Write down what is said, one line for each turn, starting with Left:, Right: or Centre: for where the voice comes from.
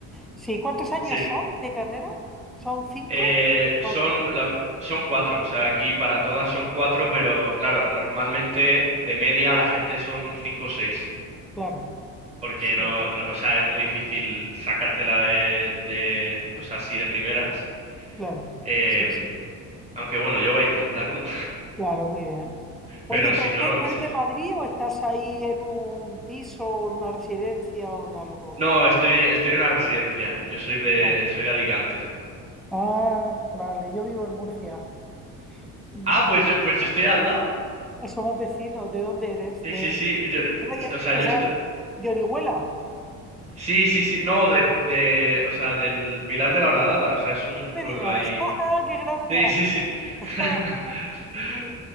Centre: Sí, ¿cuántos años
Right: Sí.
Centre: son de carrera? ¿Son cinco?
Right: Eh, son,
Centre: Cuatro,
Right: la- son cuatro. O sea, aquí para todas son cuatro, pero claro, normalmente de media la gente son cinco o seis.
Centre: claro.
Right: Porque
Centre: Sí.
Right: no, no- o sea, es muy difícil sacártela de, de, o sea, así de primeras.
Centre: Claro,
Right: Em,
Centre: sí, sí,
Right: aunque bueno, yo voy a intentarlo. <laughs>
Centre: claro, muy bien. Oye,
Right: Pero si
Centre: pero
Right: no,
Centre: tú,
Right: no,
Centre: tú eres
Right: <laughs>
Centre: de Madrid o estás ahí en un piso o en una residencia o en algo?
Right: No, estoy, estoy en una residencia. Yo soy de,
Centre: Ya.
Right: soy de Alicante.
Centre: Ah, vale, yo vivo en Murcia. Mm,
Right: Ah, pues yo, pues yo estoy al lado.
Centre: Somos vecinos, ¿de dónde eres?
Right: Sí,
Centre: De,
Right: sí, sí. Yo,
Centre: no me digas
Right: o sea,
Centre: que
Right: yo
Centre: serás
Right: estoy.
Centre: de de Orihuela.
Right: Sí, sí, sí. No, de, de, o sea, del Pilar de la Horadada. O sea, es un
Centre: No
Right: pueblo
Centre: me digas,
Right: ahí.
Centre: <laughs> ¡Ah, qué gracia!
Right: Sí, sí, sí.
Centre: <laughs>
Right: <laughs>
Centre: Eh,